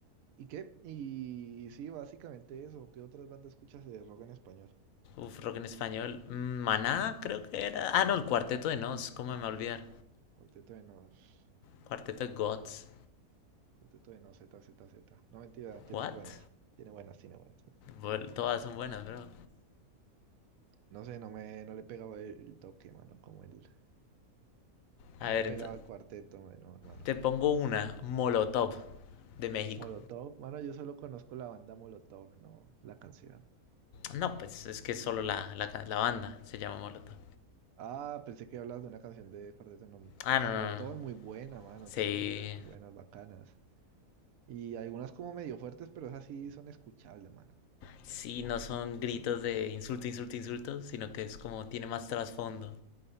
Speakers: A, on the right; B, on the left.
A: ¿Y qué? Y sí, básicamente eso. ¿Qué otras bandas escuchas de rock en español?
B: Uf, rock en español. Mm, Maná, creo que era. Ah, no, el Cuarteto de Nos, cómo
A: Ah,
B: me
A: no.
B: voy a olvidar.
A: Cuarteto de Nos.
B: Cuarteto de Gods.
A: Cuarteto de Nos, Z, Z, Z. No, mentira, tiene
B: What?
A: buenas. Tiene buenas, tiene buenas.
B: Bueno, todas son buenas, bro.
A: No sé, no me, no le pegaba el, el toque, mano, como el.
B: A
A: No me
B: ver,
A: ha pegado
B: ento-
A: el cuarteto, mano, mano.
B: te pongo una, Molotov, de México.
A: Molotov, mano, yo solo conozco la banda Molotov, no la canción.
B: No, pues es que solo la, la, ca- la banda se llama Molotov.
A: Ah, pensé que hablas de una canción de Cuarteto no...
B: Ah,
A: Ah,
B: no, no,
A: Molotov
B: no. no.
A: es muy buena, mano.
B: Sí.
A: Tiene canciones buenas, bacanas. Y algunas como medio fuertes, pero esas sí son escuchables, mano.
B: Sí, no son gritos de insulto, insulto, insulto, sino que es como tiene más trasfondo.